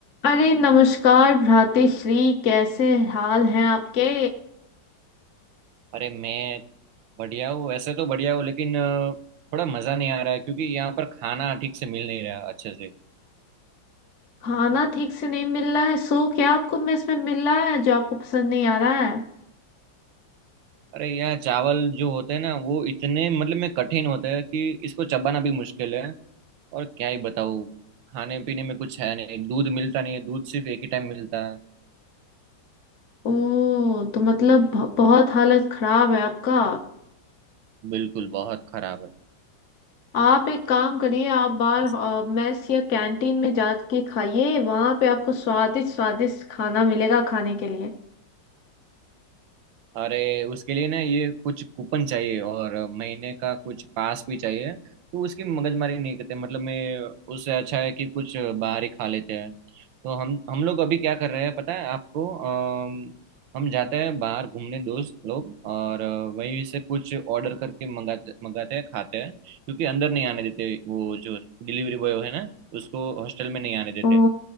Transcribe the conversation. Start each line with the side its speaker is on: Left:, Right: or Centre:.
Left: अरे नमस्कार भ्रातेश्री कैसे हाल हैं आपके
Right: अरे मैं बढ़िया हूँ वैसे तो बढ़िया हूँ लेकिन अ, थोड़ा मज़ा नहीं आ रहा है क्योंकि यहाँ पर खाना ठीक से मिल नहीं रहा अच्छे से
Left: खाना ठीक से नहीं मिल रहा है सो क्या आपको मेस में मिल रहा है जो आपको पसंद नहीं आ रहा है
Right: अरे यहाँ चावल जो होते हैं ना वो इतने मतलब में कठिन होते हैं कि इसको चबाना भी मुश्किल है और क्या ही बताऊँ खाने पीने में कुछ है नहीं दूध मिलता नहीं है दूध सिर्फ एक ही टाइम मिलता है
Left: ओ तो मतलब ब- बहुत हालत खराब है आपका
Right: बिल्कुल बहुत खराब
Left: आप एक काम करिए आप बाहर
Right: है
Left: अ, मेस या कैंटीन में जाके खाइए वहां पे आपको स्वादिष्ट स्वादिष्ट खाना मिलेगा खाने के लिए
Right: अरे उसके लिए ना ये कुछ कूपन चाहिए और महीने का कुछ पास भी चाहिए तो उसकी मगजमारी नहीं करते मतलब मैं उससे अच्छा है कि कुछ बाहर ही खा लेते हैं तो हम हम लोग अभी क्या कर रहे हैं पता है आपको अम, हम जाते हैं बाहर घूमने दोस्त लोग और अ, वहीं से कुछ ऑर्डर करके मंगाते मंगाते हैं खाते हैं क्योंकि अंदर नहीं आने देते वो जो डिलीवरी बॉय है ना उसको हॉस्टल में नहीं आने देते
Left: ओ